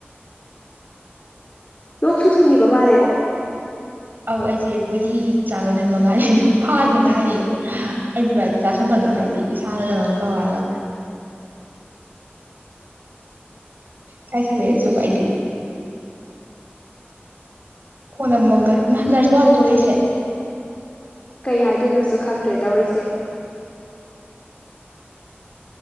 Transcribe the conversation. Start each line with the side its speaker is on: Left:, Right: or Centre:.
Left: ꯂꯣꯛꯁꯨ ꯊꯨꯡꯉꯤꯕ ꯃꯥꯜꯂꯦꯀꯣ꯫
Right: ꯑꯧ ꯑꯩꯁꯦ ꯒꯨꯔꯤ ꯆꯥꯕ ꯑꯗꯨ ꯃꯉꯥꯏꯔꯤ ꯐꯥꯗ ꯉꯥꯏꯔꯤꯌꯦ ꯑꯩꯒꯤ ꯍꯥꯏꯗꯤ ꯇꯥꯁꯟꯕꯗꯣ ꯍꯥꯏꯗꯤ ꯏꯁꯥꯅ ꯀꯩꯅꯣꯝ ꯇꯧꯔꯒ ꯀꯥꯏ ꯆꯂꯁꯨꯕꯥꯥꯏꯗꯤ ꯍꯣꯟꯝꯃꯝꯒ ꯏꯃ ꯅꯔꯁꯇꯋꯥꯗ ꯊꯣꯛꯂꯛꯏꯁꯦ
Left: ꯀꯩ ꯍꯥꯏꯗꯣꯏꯅꯣꯁꯨ ꯈꯪꯗ꯭ꯔꯦ ꯇꯧꯔꯤꯁꯦ꯫